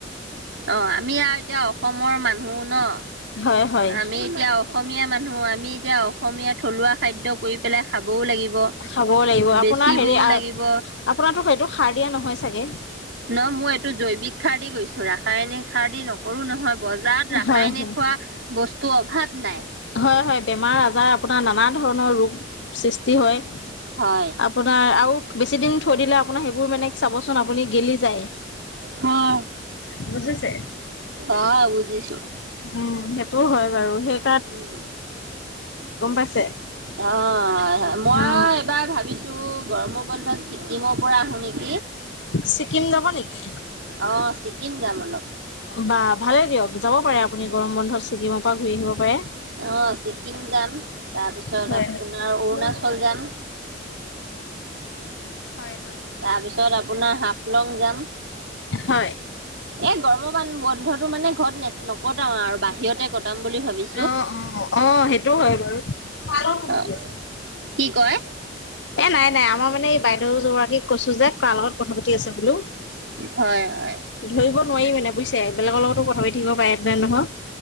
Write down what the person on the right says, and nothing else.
অ আমি আৱ এতিয়া অসমৰ মানুহ ন
আমি এতিয়া অসমীয়া মানুহ আমি এতিয়া অসমীয়া থলুৱা খাদ্য কৰি পেলাই খাবও লাগিব
বেচিবও
লাগিব
ন মই এইটো জৈৱিক সাৰ দি গৈছো ৰাসায়নিক সাৰ দি নক কৰোঁ নহয় বজাৰত ৰাসায়নিক
হোৱা বস্তুৰ অভাৱ নাই
হয়
হয়
অ বুজিছো
উম
অ হয় হয় মইয়ো
এইবাৰ ভাবিছো এইটো গৰমৰ বন্ধত ছিক্কিমৰ পৰা আহো নেকি
অ ছিক্কিম যাম অলপ
অ ছিক্কিম যাম তাৰপিছত
আপোনাৰ অৰুণাচল
যাম
তাৰ পিছত আপোনাৰ হাফলং যাম
এ গৰম মান বন্ধটো মানে ঘৰত নকটাও আৰু বাহিৰতে কটাম বুলি ভাবিছো
অ
কি কয়
হয় হয়